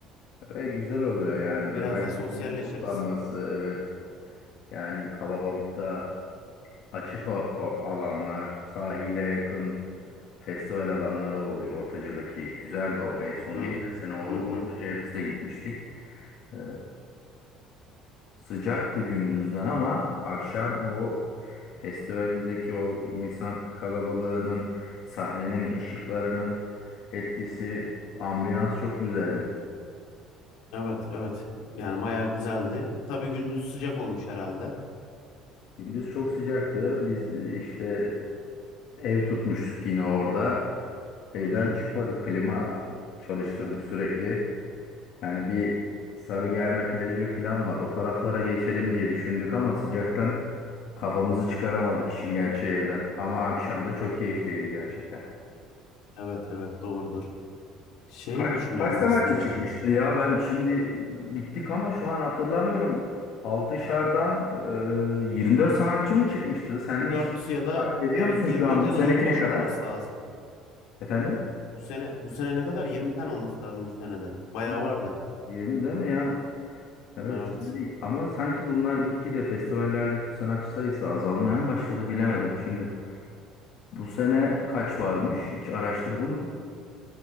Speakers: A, on the left; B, on the left.
A: Ve güzel oluyor yani. Öğrencilerin
B: Biraz da sosyalleşiriz.
A: toplanması, evet. Yani kalabalıkta açık o- o alanlar, sahile yakın festival alanları oluyor. Ortaca'daki güzeldi o. En son
B: Hı
A: geçen sene o
B: hı. hı.
A: Ortaca'ya biz de gitmiştik. Ee, Sıcaktı gündüzden ama akşam o festivaldeki o insan kalabalığının, sahnenin ışıklarının etkisi, ambiyans çok güzeldi.
B: Evet evet. Yani bayağı güzeldi. Tabii gündüz sıcak olmuş herhalde.
A: Gündüz çok sıcaktı. Biz işte ev tutmuştuk yine orada. Evden
B: Hı hı.
A: çıkmadık. Klima çalıştırdık sürekli. Yani bir Sarıgerme plajı falan var. O taraflara geçelim diye düşündük ama sıcaktan kafamızı çıkaramadık işin gerçeği evden. Ama akşam da çok keyifliydi gerçekten.
B: Evet evet doğrudur. Şey
A: Kaç,
B: düşünüyorum
A: kaç sanatçı
B: aslında
A: çıkmıştı
B: bir de.
A: ya? Ben şimdi gittik ama şu an hatırlamıyorum. Altışar'dan e, 24 sanatçı mı çıkmıştı? Sen hiç
B: 4 ya da
A: takip ediyor
B: evet
A: musun
B: 24
A: şu an?
B: ya
A: Bu seneki
B: da 25
A: ne kadar?
B: olması lazım.
A: Efendim?
B: Bu sene bu sene ne kadar? 20 tane olması lazım bu senede. Bayağı
A: Sene
B: vardı.
A: 20 değil mi ya? Evet
B: Evet.
A: şimdi ama sanki bunlar gitgide festivallerdeki bu sanatçı sayısı azalmaya mı başladı bilemedim şimdi. Bu sene kaç varmış? Hiç araştırdın mı?